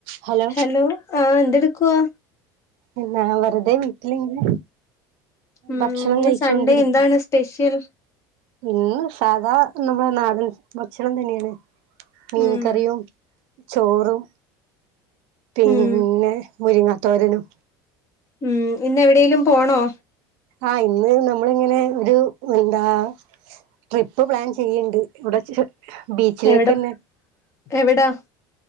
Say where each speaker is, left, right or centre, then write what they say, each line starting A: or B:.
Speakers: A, on the right (about 65°); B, on the left (about 30°).
A: Hello
B: hello ആഹ് എന്തെടുക്കുവാ?
A: എന്നാ വെറുതെ വീട്ടിലിങ്ങനെ -
B: ഉം
A: ഭക്ഷണം
B: ഇന്ന്
A: കഴിച്ചോണ്ടിരിക്കും
B: സൺഡേ എന്താണ് സ്പെഷ്യൽ
A: ഇന്ന് സാധാ നമ്മുടെ നാടൻ ഭക്ഷണം തന്നെയാണ് മീൻ
B: ഉം
A: കറിയും ചോറും പിന്നെ
B: ഉം
A: മുരിങ്ങാത്തോരനും
B: ഉം ഇന്നെവിഡേലും പോണോ
A: ആഹ് ഇന്ന് നമ്മളിങ്ങനെ ഒരു എന്താ ട്രിപ്പ് പ്ലാൻ ചെയ്യ്ണ്ട് ഇവിടെ ബീച്ചിലേക്കന്നെ
B: എവിടെ എവിടാ